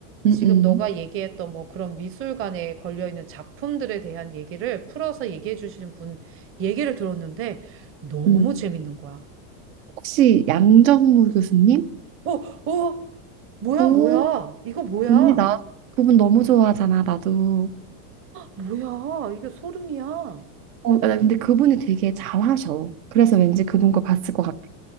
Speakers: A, on the right; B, on the right.
A: 음,
B: 지금
A: 음.
B: 너가 얘기했던 뭐 그런 미술관에 걸려있는 작품들에 대한 얘기를 풀어서 얘기해 주시는 분 얘기를 들었는데 너무
A: 음.
B: 재밌는 거야.
A: 혹시 양정무 교수님?
B: 어, 어, 뭐야,
A: 어,
B: 뭐야. 이거 뭐야.
A: 언니 나 그분 너무 좋아하잖아. 나도.
B: 뭐야. 이게 소름이야.
A: 어, 나 근데 그분이 되게 잘하셔. 그래서 왠지 그분 거 봤을 것 같아.